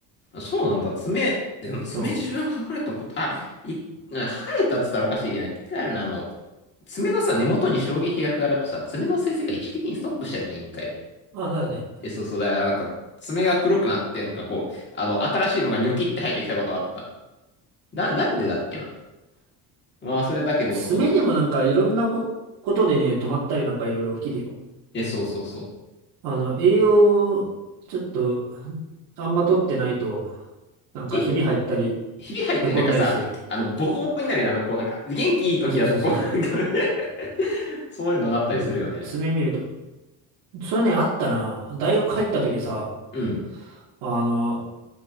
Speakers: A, on the left; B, on the right.
A: そうなんだ。爪、でも爪自分剥がれたこと、
B: そ
A: あ、い、剥がれたっつったらおかしいけど、一回あるな、あの、爪のさ、根元に衝撃が加わるとさ、爪の生成が一時的にストップしちゃうじゃん、一回。
B: う。まあだよね。
A: え、そうそうだよ。なんか、爪が黒くなって、なんかこう、あの、新しいのがニョキって生えてきたことがあった。な、なんでだっけな。まあ、それだけど、
B: 爪でもなんかいろんなこ、
A: そう。
B: ことでね、止まったりなんかいろいろ起きるよ。
A: え、そうそうそう。
B: あの、栄養、ちょっと、あんま取ってないと、なんかひび入ったり、
A: え、ひび入って、
B: へこんだりする。
A: なんかさ、あの、ボコボコになるよ、あの、こう、なんか、元気いい時だと、
B: あ、そうそうそうそう。
A: こう、なんか <laughs> そういうのなったりするよね。
B: そうそう、爪見ると。それね、あったな。大学入った時さ、
A: うん。
B: あの、